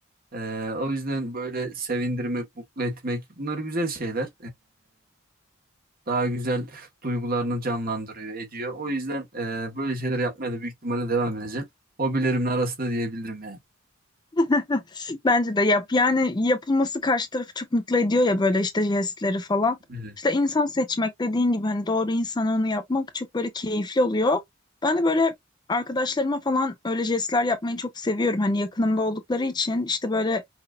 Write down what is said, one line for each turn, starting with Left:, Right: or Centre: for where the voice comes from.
Right: Ee, o yüzden böyle sevindirmek, mutlu etmek bunlar güzel şeyler. Daha güzel duygularını canlandırıyor, ediyor. O yüzden e, böyle şeyler yapmaya da büyük ihtimalle devam edeceğim. Hobilerimin arasında diyebilirim yani.
Left: <laughs> Bence de yap. Yani yapılması karşı tarafı çok mutlu ediyor ya böyle işte jestleri falan.
Right: Evet.
Left: İşte insan seçmek dediğin gibi hani doğru insana onu yapmak çok böyle keyifli oluyor. Ben de böyle arkadaşlarıma falan öyle jestler yapmayı çok seviyorum. Hani yakınımda oldukları için işte böyle